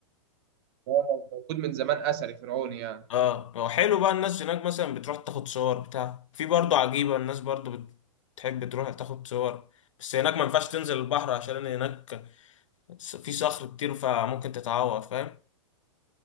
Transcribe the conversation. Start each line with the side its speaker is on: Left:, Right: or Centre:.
Right: هو موجود من زمان أثري فرعوني يعني
Left: اه هو حلو بقى الناس هناك مثلا بتروح تاخد صور بتاع في برضه عجيبة الناس برضه بتحب تروح تاخد صور بس هناك ما ينفعش تنزل البحر عشان هناك س- في صخر كتير فممكن تتعور فاهم